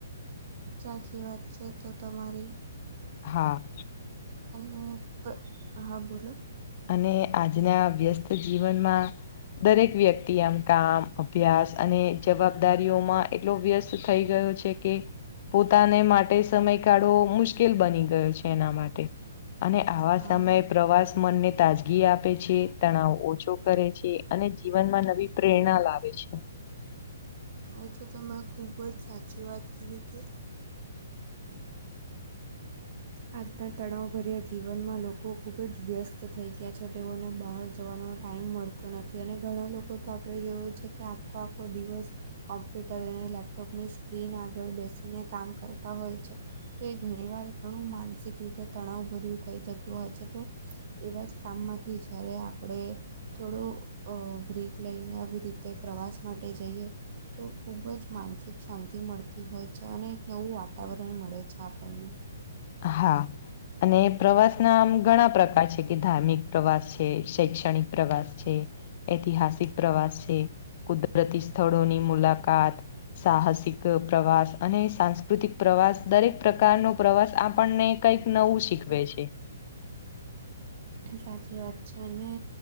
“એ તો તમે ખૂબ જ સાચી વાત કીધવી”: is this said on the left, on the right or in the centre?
Right